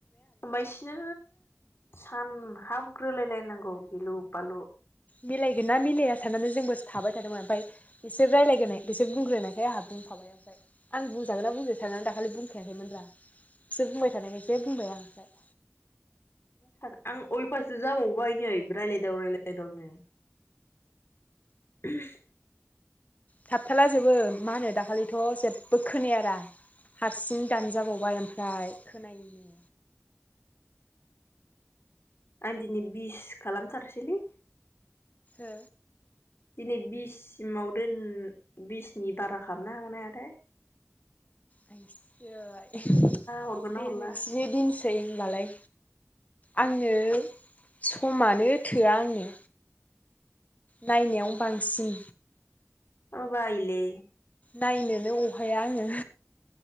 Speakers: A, on the left; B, on the left.
A: ओमबाय सिनो सानहाब। बोलायलायनांगौ गिलु बालु।
B: मिलायगोन ना मिलाया साननानै जोंबोसो थाबाय थादोंमोन ओमफाय बिसोर रायलायग्रोनाय बिसोर बुंग्रोनायखाय आंहा बुंफाबाय आरोजाय आं बुंजागोनना बुंजाया सारनानै दाखालि बुंखायाखैमोनब्रा बिसोर बुंबाय थानायखायसो बुंबाय आं ओमफ्राय।
A: सार आं उलफास जाबावबाय नै रायलायदाव रायलायदावनो। <unintelligible>
B: थाबथाला जोबो मा होनो दाखालिथ' जेबबो खोनायारा हारसिं दानोजाबावबाय ओमफ्राय। खोनायो।
A: आं दिनै बिस खालामथारसैलै।
B: ओ।
A: दिनै बिससिमाव दोन बिसनि बारा खालामनो हागोन ना हाया थाय।
B: <unintelligible>
A: हरगोन
B: दे
A: ना हरला
B: नोंसिनि दिनसै ओमबालाय। आंङो समानो थोआ आंङो। नायनायाव बांग सिं
A: औ बायोलै।
B: नायनोनो अहाया आङो